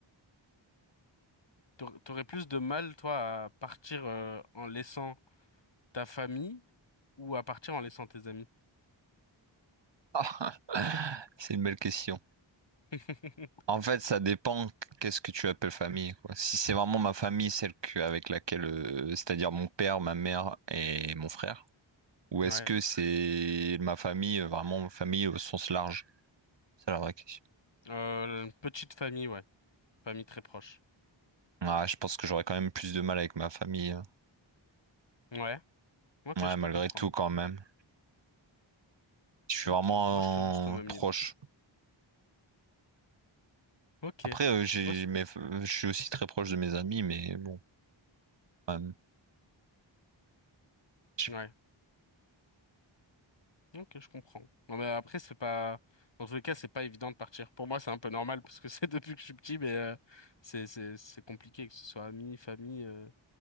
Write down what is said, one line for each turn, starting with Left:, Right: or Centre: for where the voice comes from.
Left: T'aur- T'aurais plus de mal, toi, à partir euh, en laissant ta famille ou à partir en laissant tes amis?
Right: Ah, <laughs> C'est une belle question.
Left: <laughs>
Right: En fait, ça dépend qu'est-ce que tu appelles famille, quoi. Si c'est vraiment ma famille, celle que- avec laquelle, euh, c'est-à-dire mon père, ma mère et mon frère, ou est-ce
Left: Ouais.
Right: que c'est ma famille, euh, vraiment famille au sens large? C'est la vraie question.
Left: Euh, petite famille, ouais. Famille très proche.
Right: Ouais, je pense que j'aurais quand même plus de mal avec ma famille. hein.
Left: Ouais. Ok,
Right: Ouais,
Left: je peux
Right: malgré
Left: comprendre.
Right: tout, quand même. Je suis
Left: Ok.
Right: vraiment
Left: Moi, je te juste au même
Right: euh, proche.
Left: niveau. Ok.
Right: Après, euh, j'ai
Left: Moi, c'est-
Right: mes... je suis aussi très proche de mes amis, mais bon. quand même. J-
Left: ouais. Ok, je comprends. Non, mais après, c'est pas, dans tous les cas, c'est pas évident de partir. Pour moi, c'est un peu normal parce que <laughs> c'est depuis que je suis petit, mais euh, c'est c'est c'est compliqué que ce soit amis, famille, euh,